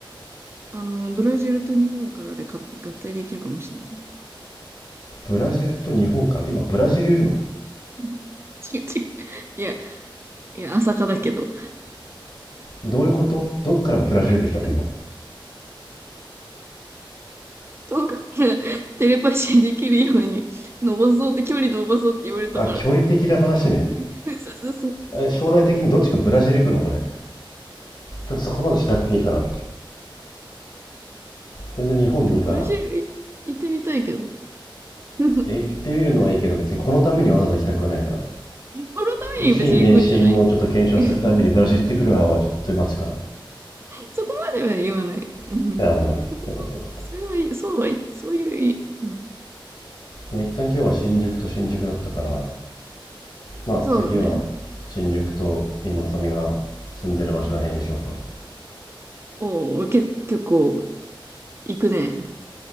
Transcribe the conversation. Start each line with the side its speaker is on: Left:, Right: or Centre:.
Right: あの、ブラジルと日本からでか合体できるかもしれない。
Left: ブラジルと日本から、今ブラジルいるの
Right: <laughs> 違う違う。いや、いや、朝霞だけど。
Left: どういうことどっからブラジル出てきたの今。
Right: <laughs> 遠くからテレパシーできるように伸ばそうって、距離伸ばそうって言われたから。
Left: あ、距離的な話ね。
Right: <laughs> そうそうそう。
Left: え、将来的にどっちかブラジル行くのこれ。ちょっとそこまでしなくていいかな。全然日本でいいかな。
Right: いや、ブラジルい行ってみたいけど。<laughs> このた
Left: え、行ってみるのはいいけど、別にこのためにわざわざ行きたくはないから。
Right: めに別に行くんじゃない。
Left: 維新伝心のちょっと検証するためにブラジル行ってくる派はちょっと待ち
Right: <laughs> そそこまでは言わない。うん。
Left: かな。いや、なんだなんだ。
Right: そこ、
Left: よかったよかった。
Right: それはいい、そうはい、そういういい、うん。
Left: まあ、一旦今日は新宿と新宿だったから、まあ次は
Right: そうだね。
Left: 新宿と今浅見が住んでる場所らへんにしようか
Right: おお、け、結構行くね。